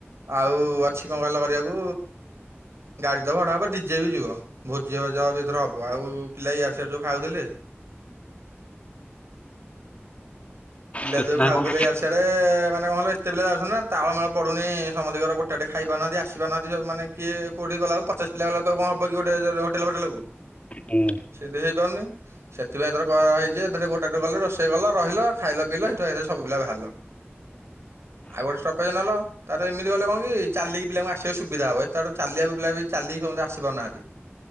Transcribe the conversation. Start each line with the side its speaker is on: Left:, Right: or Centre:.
Right: ଆଉ ଅଛି କଣ କିହିଲ କରିବାକୁ ଗାଡି ତ ଭଡା ଭବ ଡିଜେ ବି ଯିବ। ଭୋଜି ଭଜା ବି ଏଥର ହବ ଆଉ ପିଲା ୟାଡ ସିଆଡ ଯୋଉ ଖାଉଥିଲେ ପିଲା
Left: କେତେ
Right: ଯୋଉ
Left: ନାଁ
Right: ଖାଉଥିଲେ
Left: କଣ
Right: ୟାଡ ସିଆଡେ ମା ମାନେ କଣ କହିଲ ଏତେ ପିଲା ଯାଉଛନ୍ତି ନା ତାଳମେଳ ପଡୁନି ସମସ୍ତିଙ୍କର ଗୋଟାଟେ ଖାଇ ପାରୁନାହାନ୍ତି ଆସିପାରୁନାହାନ୍ତି ମାନେ କିଏ କଉଠି ଗଲାଳକୁ। ପଚାଶ ପିଲା ଗଲାକୁ କଣ ହବ କି ଗୋଟେ ହୋଟେଲ ଫୋଟେଲ୍କୁ।
Left: ହୁଁ।
Right: ସେମିତି ହେଇପାରୁନି ସେଥିପାଇଁ ଏଥର କରା ହେଇଚି ଯେ ଏଥିରେ ଗୋଟା ଟେ ଗଲେ ରୋଷେଇ କଲ ରହିଲ। ଖାଇଲ ପିଇଲ ସେଠୁ ଏକାଥରେ ସବୁ ପିଲା ଭାର୍ଲ ଆଉ ଗୋଟେ ଷ୍ଟପେଜ ନେଲ। ତାର ଏମିତି ଗଲେ କଣ କି ଚାଲିକି ପିଲାଙ୍କୁ ଆସିବା ସୁବିଧା ହବ ଏତେବାଟୁ ଚାଲିବାକୁ ପିଲା ବି ଚାଲିକି ସମସ୍ତେ ଆସିପାରୁନାହାନ୍ତି।